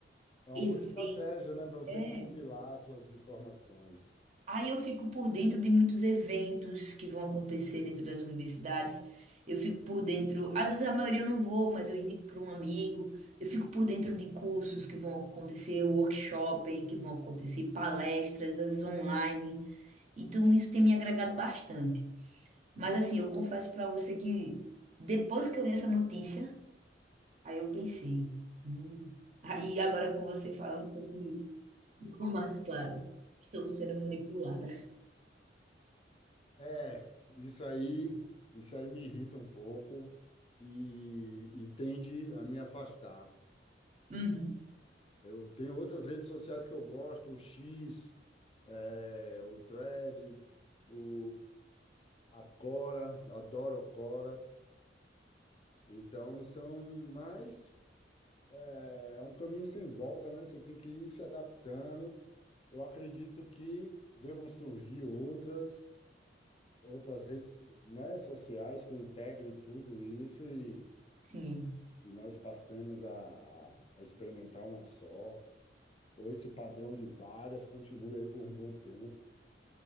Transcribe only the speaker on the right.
Evento.
É.
Aí eu fico por dentro de muitos eventos que vão acontecer dentro das universidades. Eu fico por dentro, às vezes a maioria eu não vou, mas eu indico para um amigo. Eu fico por dentro de cursos que vão acontecer, workshops que vão acontecer, palestras, às vezes online. Então isso tem me agregado bastante. Mas assim, eu confesso para você que depois que eu li essa notícia, Aí eu pensei, hum. Aí agora com você falando foi que ficou mais claro. Estou sendo manipulada.
Uhum.
Sim,